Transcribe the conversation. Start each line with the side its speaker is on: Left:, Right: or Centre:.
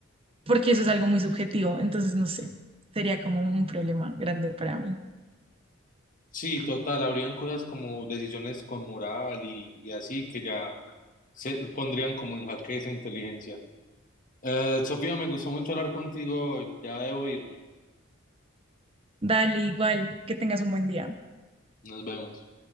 Right: porque eso es algo muy subjetivo, entonces no sé, sería como un problema grande para mí.
Left: Sí, total, habrían cosas como decisiones con moral y, y así que ya se pondrían como en jaque esa inteligencia. Eh, Sofía, me gustó mucho hablar contigo, ya debo irme,
Right: Dale, igual, que tengas un buen día.
Left: nos vemos.